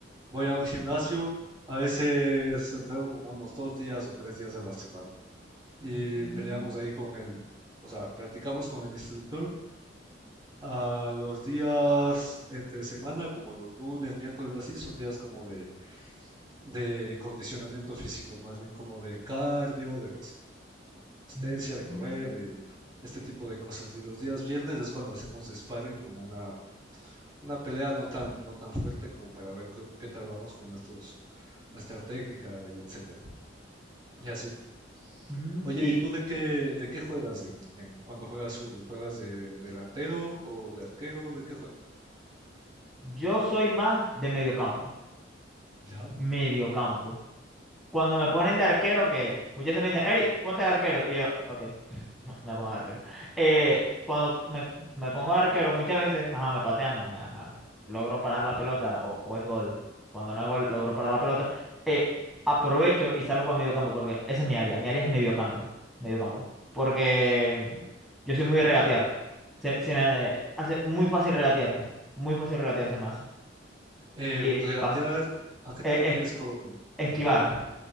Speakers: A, on the right; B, in the centre.
A: voy a un gimnasio, a veces entreno como unos dos días o tres días a la semana. y
B: Mm,
A: peleamos ahí con el, o sea, practicamos con el instructor. A los días entre semana, como los lunes, miércoles, así, son días como de, de condicionamiento físico, más bien como de cardio, de resistencia,
B: mm,
A: de correr, de este tipo de cosas. Y los días viernes es cuando hacemos sparring, como una, una pelea no tan, no tan fuerte como para ver qué, qué tal vamos con nuestros, nuestra técnica y etcétera. Y así.
B: mm.
A: Oye,
B: Y
A: ¿y tú de qué, de qué juegas en, en- cuando juegas fútbol? ¿Juegas de delantero o de arquero? ¿De qué juegas?
B: yo soy más de mediocampo.
A: ¿Ya?
B: Mediocampo. Cuando me ponen de arquero, que muchas veces me dicen, Eric, ponte de arquero. Y yo, ok. <laughs> No, Me pongo arquero. Eh, cuando me, me pongo arquero, muchas veces, ajá, me patean, me- ajá, logro parar la pelota o, o es gol. Cuando no es gol, logro parar la pelota. Eh, aprovecho y salgo para medio campo porque esa es mi área. Mi área es medio campo. Medio campo. Porque yo soy muy de regatear. Se, se me hace muy fácil regatear. Muy fácil regatear se me hace.
A: Eh,
B: Y, y
A: regatear,
B: pas-
A: ¿a qué
B: eh,
A: te refieres
B: es-
A: con, con
B: esquivar.
A: regatear?